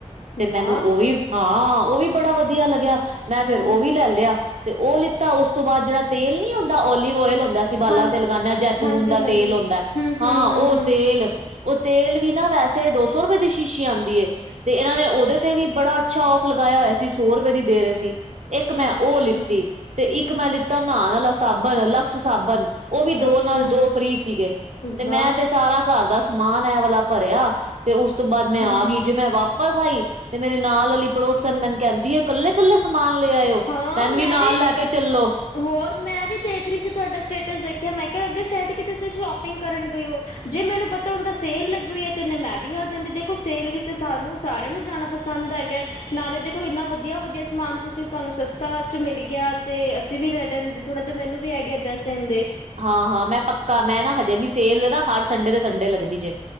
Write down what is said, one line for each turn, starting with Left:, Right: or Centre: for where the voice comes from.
Right: ਤੇ ਮੈਨੂੰ
Left: ਵਾਹ
Right: ਓ ਵੀ ਹਾਂ, ਓ ਵੀ ਬੜਾ ਵਦੀਆ ਲੱਗੇਆ ਮੈਂ ਫੇਰ ਓ
Left: ਹਮ,
Right: ਵੀ ਲੈ ਲੇਆ। ਤੇ ਓ ਲਿੱਤਾ, ਉਸ ਤੋਂ ਬਾਦ ਜੇੜਾ ਤੇਲ ਨੀ ਹੁੰਦਾ, ਓਲਿੱਵ ਓਏਲ ਹੁੰਦੈ ਅਸੀ ਬਾਲਾਂ
Left: ਹਾਂ
Right: ਤੇ ਲਗਾਨੇ ਆਂ ਜੈਤੂਨ
Left: ਹਾਂਜੀ
Right: ਦਾ
Left: ਹਾਂਜੀ
Right: ਤੇਲ ਹੂੰਦੈ,
Left: ਹੂੰ ਹੂੰ
Right: ਹਾਂ
Left: ਹੂੰ
Right: ਓ
Left: ਹੂੰ
Right: ਤੇਲ ਓ ਤੇਲ ਵੀ ਨਾ ਵੈਸੇ ਦੋ ਸੌ ਰੁਪੇ ਦੀ ਸ਼ੀਸ਼ੀ ਆਂਦੀ ਏ ਤੇ ਏਨਾਂ ਨੇ ਓਦੇ ਤੇ ਵੀ ਬੜਾ ਅੱਛਾ ਔਫ਼ ਲਗਾਏਆ ਹੋਏਆ ਸੀ, ਸੌ ਰੂਪੇ ਦੀ ਦੇਰੇ ਸੀ। ਇਕ ਮੈਂ
Left: ਅੱਛਾ
Right: ਓ ਲਿੱਤੀ, ਤੇ ਇੱਕ ਮੈਂ ਲਿੱਤਾ ਨਾਨ ਆਲਾ ਸਾਬਨ, ਲਕਸ ਸਾਬਨ ਓ ਵੀ ਦੋ
Left: ਅੱਛਾ
Right: ਨਾਲ ਦੋ ਫ੍ਰਰੀ ਸੀਗੇ, ਤੇ
Left: ਵਾਹ
Right: ਮੈਂ ਤੇ ਸਾਰਾ ਘਰ ਦਾ ਸਮਾਨ ਐ ਵਾਲਾ ਭਰੇਆ ਤੇ ਉਸ ਤੋਂ ਬਾਦ ਮੈਂ
Left: ਹੂੰ
Right: ਆ ਗਈ ਜੇ ਮੈਂ ਵਾਪਸ ਆਈ ਤੇ ਮੇਰੇ ਨਾਲ ਆਲੀ ਪੜੋਸਨ ਮੈਨੂੰ ਕਹਿਦੀ ਏ ਕੱਲੇ-ਕੱਲੇ ਸਮਾਨ ਲੈ ਆਏ ਓ
Left: ਹਾਂ
Right: ਮੈਨੂੰ
Left: ਮੈਂ
Right: ਵੀ ਨਾਲ ਲੈ ਕੇ ਚੱਲੋ।
Left: ਹੋਰ ਮੈਂ ਵੀ ਦੇਖ ਰੀ ਸੀ ਤੁਆਡਾ ਸਟੇਟਸ ਦੇਖਿਆ ਮੈਂ ਕਿਹਾ ਲੱਗਦਾ ਸੈਦ ਕੀਤੇ ਤੁਸੀਂ ਸ਼ੋਪਿੰਗ ਕਰਨ ਗਏ ਓ। ਜੇ ਮੈਨੂੰ ਪਤਾ ਹੁੰਦਾ ਸੇਲ ਲੱਗੀ ਹੋਈ ਏ ਤੇ ਨੇ ਮੈਂ ਵੀ ਆ ਜਾਂਦੀ ਦੇਖੋ ਸੇਲ ਵਿੱਚ ਤੇ ਸਾਨੂੰ ਸਾਰਿਆਂ ਨੂੰ ਜਾਨਾ ਪਸੰਦ ਹੈਗੈ ਨਾਲੇ ਦੇਖੋ ਇੰਨਾ ਵਧੀਆ-ਵਧੀਆ ਸਮਾਨ ਤੁਸੀ ਤੁਹਾਨੂੰ ਸਸਤਾ ਚ ਮਿਲ ਗਿਆ ਤੇ ਅਸੀ ਵੀ ਲੈ ਲੈਂਦੇ ਥੋੜਾ ਜਾ ਮੈਨੂੰ ਵੀ ਆਈਡੀਆ ਦੱਸ ਦੇਂਦੇ।
Right: ਹਾਂ, ਹਾਂ ਮੈਂ ਪੱਕਾ ਮੈਂ ਨਾ ਹਜੇ ਵੀ ਸੇਲ ਏ ਨਾ ਹਰ ਸੰਡੇ ਦੇ ਸੰਡੇ ਲਗਦੀ ਜੇ।